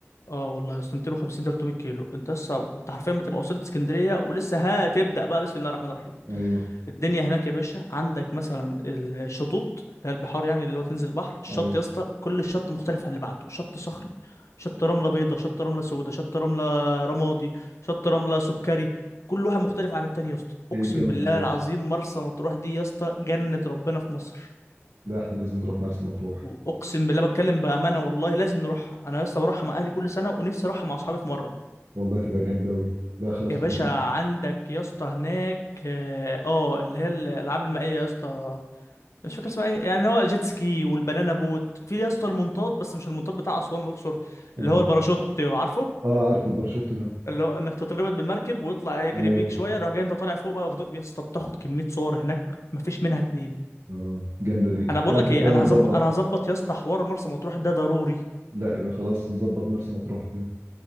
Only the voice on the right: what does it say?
ايوه
ايوه
ايه
الجمال
ده يا
اسطى
لا احنا لازم نروح مرسى مطروح
والله تبقى جامدة أوي لا خلاص
احنا
اه
اه عارف الباراشوت ده
ايوه
اه جامدة دي
لا احنا
كده
نظبط
لا يبقى خلاص نظبط مرسى مطروح كده